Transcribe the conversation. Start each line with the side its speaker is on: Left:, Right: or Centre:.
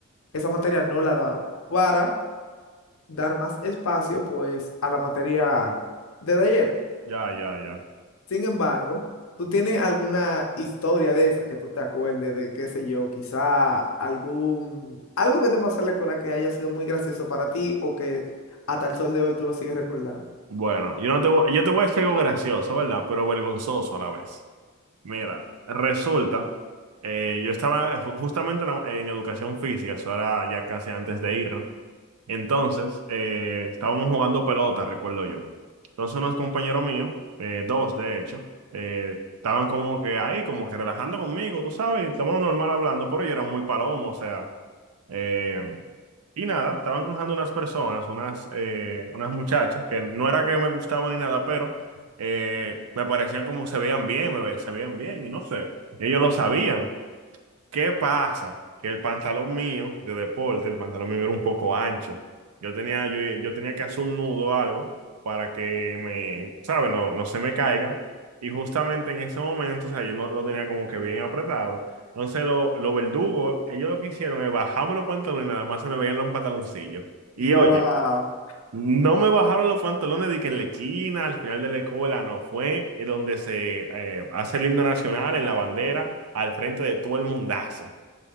Left: esa materia no la daban para dar más espacio pues a la materia de taller.
Right: ya, ya, ya.
Left: Sin embargo, ¿tú tienes alguna historia de esa que tú te acuerdes de, qué sé yo, quizá algún, algo que te pasó en la escuela que haya sido muy gracioso para ti o que hasta el sol de hoy tú lo sigues recordando?
Right: Bueno, yo no te voy, yo te voy a decir algo gracioso, ¿verdad? Pero vergonzoso a la vez. Mira, resulta, eh, yo estaba ju- justamente en, la- en educación física, eso era ya casi antes de ir, Entonces, eh, estábamos jugando pelota, recuerdo yo. Entonces unos compañeros míos, eh, dos de hecho, eh, estaban como que ahí, como que relajando conmigo, tú sabes, estábamos normal hablando, pero yo era muy palomo, o sea, eh, y nada, estaban cruzando unas personas, unas, eh, unas muchachas, que no era que me gustaban ni nada, pero eh, me parecían como se veían bien, me ve- se veían bien, no sé, ellos lo sabían. ¿Qué pasa? Que el pantalón mío de deporte, el pantalón mío era un poco ancho. Yo tenía, yo, yo tenía que hacer un nudo o algo para que me, ¿sabes? No, no se me caiga. Y justamente en ese momento, o sea, yo no lo tenía como que bien apretado. Entonces, los lo los verdugos, ellos lo que hicieron es bajarme los pantalones y nada más se me veían los pantaloncillos. Y
Left: Wow.
Right: oye, no me bajaron los pantalones de que en la esquina, al final de la escuela, no fue eh, donde se eh, hace el himno nacional, en la bandera, al frente de todo el mundazo.